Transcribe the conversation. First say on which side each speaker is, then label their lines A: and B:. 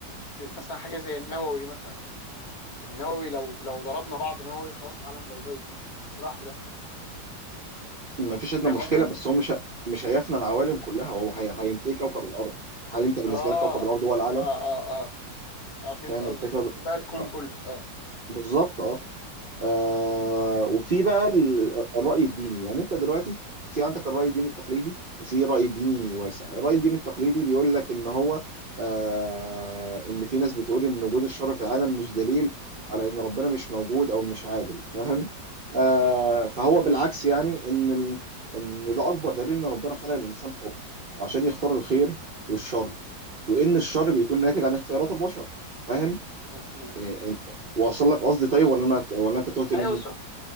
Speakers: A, on the left (about 55°); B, on the right (about 40°).
A: ت- مثلا حاجة زي النووي مثلا النووي لو لو ضربنا بعض نووي خلاص العالم باي باي راح في ده
B: ما فيش
A: أنت
B: ادنى
A: فاهم
B: مشكله
A: قصدي؟
B: بس هو مش ه- مش هيفنى العوالم كلها هو هي- هينتهي كوكب الارض هل انت بالنسبه
A: آه
B: لك كوكب الارض هو العالم
A: آه آه آه آه فهمت
B: فاهم
A: قصدك
B: الفكره
A: تقصد
B: ده؟
A: بقى الكون
B: آه
A: كله أه
B: بالظبط اه آه وفي بقى ال- الرأي الديني يعني انت دلوقتي في عندك الرأي الديني التقليدي وفي رأي ديني واسع الرأي الديني التقليدي بيقول لك ان هو آه ان في ناس بتقول ان وجود الشر في العالم مش دليل على ان ربنا مش موجود او مش عادل فاهم آه
A: امم
B: فهو بالعكس يعني ان ال... ان ده اكبر دليل ان ربنا خلق الانسان حر وعشان يختار الخير والشر وان الشر بيكون ناتج عن اختيارات البشر فاهم
A: امم
B: إيه- واصل لك قصدي طيب
A: بالظبط
B: ولا انا ولا انت تهت
A: ايوه
B: مني
A: صح